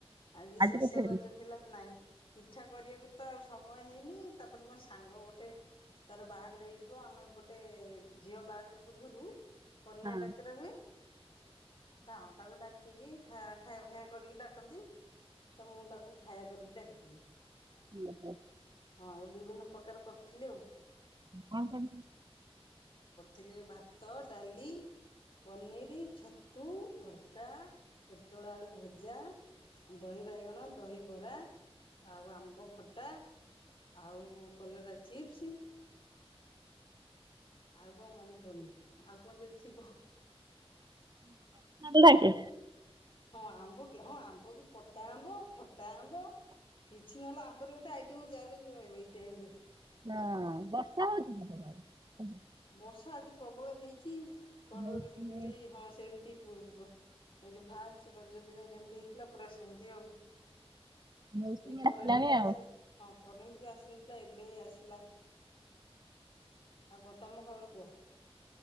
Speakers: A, on the left (about 55°); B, on the right (about 45°).
A: ଆଜି ଶେଷ
B: କିଛି ହେଇନି।
A: ରଜ ଥିଲା ନାଇଁ। ପିଠା କରିବାକୁ ତ ଆଉ ସମୟ ହେଇନି ତାପରେ ମୋ ସାଙ୍ଗ ଗୋଟେ ତାର ବାହାଘର ହେଇଯିବ ଆମେ ଏପଟେ ଝିଅ ବାହାଘର ପୂର୍ବରୁ କନ୍ୟା
B: ହଁ
A: ଡାକିରା ହୁଏ ହଁ ତାକୁ ଡା କି କି ଖା-ଖାଇବା ପିବା କରିକି ଡାକନ୍ତି। ତ ମୁଁ ତାକୁ ଖାଇବା କରିକି ଡାକିି ଥିନି। <inaudible>
B: ଉଁ ହୁଁ। <inaudible>
A: ହଁ ବିଭିନ୍ନ ପ୍ରକାର କରିଥିଲି ଆଉ।
B: କଣ କଣ?
A: ଥିଲେ ଭାତ ଡାଲି ପନିର ଛତୁ ଭର୍ତ୍ତା ପୋଟଳ ଆଳୁ ଭଜା। ଦହି ବାଇଗଣ ଦହି ବରା ଆଉ ଆମ୍ବ ଖଟା ଆଉ କଲରା ଚିପ୍ସ ଆଉ କଣ ମନେ ପଡୁନି ଆଉ କଣ ଯଦି ଥିବ?
B: ହେଲା କି?
A: ହଁ ଆମ୍ବ କି ହଁ ଆମ୍ବ ବି କଟା ଆମ୍ବ ଖଟା ଆମ୍ବ କିଛି ନହେଲେ ଆମ୍ବରେ ଗୋଟେ ଆଇଟମ ଯାହା ରହିବ ଏଇ ଟାଇମ୍ ରେ।
B: ହୁଁ ବର୍ଷା
A: ହଁ
B: ହଉଛି? <inaudible>
A: ବର୍ଷା ଆଜି ପ୍ରବଳ ହେଇଛି। ଚି ଘଡ଼ଘଡ଼ି
B: ମୌସୁମୀ
A: ବିଜୁଳି ହଁ ସେମିତି। ଏଇ ଯୋଉ ଫାଷ୍ଟ ରଜ ଦିନ ଯେମତି ହେଇଥିଲା ପୁରା ସେମିତି ଆଉ।
B: ମୌସୁମୀ
A: ଏଇ କରେଣ୍ଟ
B: ଆସିଲାଣି
A: ବି
B: ଆଉ।
A: ଅସି ହଁ। କରେଣ୍ଟ ବି ଆସିନଥିଲା ଏବେ ହିଁ ଆସି ଥିଲା। ଆଉ କ ତମ ଖବର କୁହ?